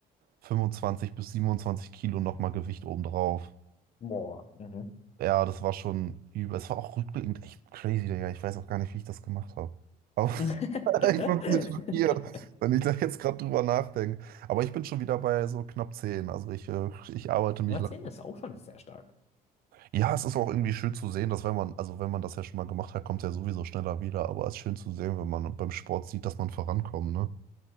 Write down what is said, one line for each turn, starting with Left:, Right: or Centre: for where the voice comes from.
Right: 25 bis 27 Kilo nochmal Gewicht obendrauf.
Left: Boah. Mhm.
Right: Ja, das war schon übel. Es war auch rückblickend echt crazy, Digga. Ich weiß auch gar nicht, wie ich das gemacht habe. Aber <laughs>
Left: <laughs>
Right: ich bin ein bisschen schockiert, wenn ich da jetzt gerade drüber nachdenke. Aber ich bin schon wieder bei so knapp 10. Also ich, äh, ich arbeite mich
Left: Marcel
Right: lang.
Left: ist auch schon sehr stark.
Right: Ja, es ist auch irgendwie schön zu sehen, dass wenn man, also wenn man das ja schon mal gemacht hat, kommt es ja sowieso schneller wieder. Aber es ist schön zu sehen, wenn man beim Sport sieht, dass man vorankommt, ne?